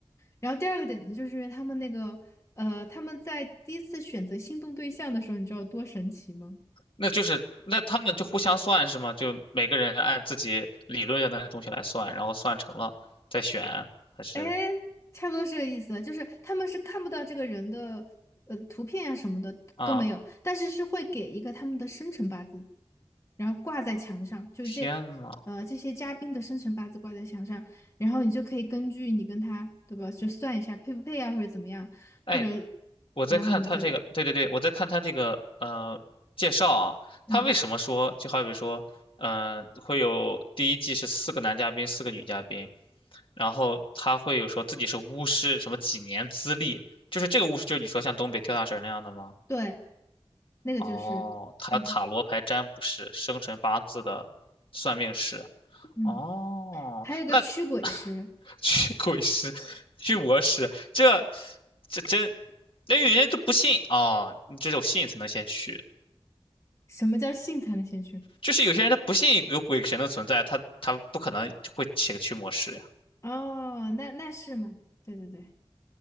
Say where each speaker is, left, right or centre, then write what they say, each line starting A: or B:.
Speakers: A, on the left; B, on the left.
A: 然后第二个点呢，就是因为他们那个呃，他们在第一次选择心动对象的时候，你知道有多神奇吗？
B: 那就是那他们就互相算是吗？就每个人按自己理论上的东西来算，然后算成了再选，还是
A: 哎。差不多是这个意思，就是他们是看不到这个人的呃图片啊什么的都没有，
B: 啊？
A: 但是是会给一个他们的生辰八字，然后挂在墙上，就是这
B: 天呐，
A: 呃这些嘉宾的生辰八字挂在墙上，然后你就可以根据你跟他对吧，就算一下配不配啊，或者怎么样，
B: 哎，
A: 或者
B: 我在看他这个，
A: 然后你再
B: 对对对，我在看他这个呃介绍啊，
A: 嗯
B: 他为什么说就好比说，嗯、会有第一季是四个男嘉宾，四个女嘉宾，然后他会有说自己是巫师，什么几年资历，就是这个巫师就是你说像东北跳大神那样的吗？
A: 对，那个就是嗯
B: 哦，他塔罗牌占卜师，生辰八字的算命师。
A: 嗯，
B: 哦，
A: 还有个驱鬼师，
B: 那 <laughs> 驱鬼师，驱魔师，这这真，那有些人都不信哦，你只有信才能先去。
A: 什么叫性才能先驱？
B: 就是有些人他不信有鬼神的存在，他他不可能会请个驱魔师呀。
A: 哦，那那是吗？对对对。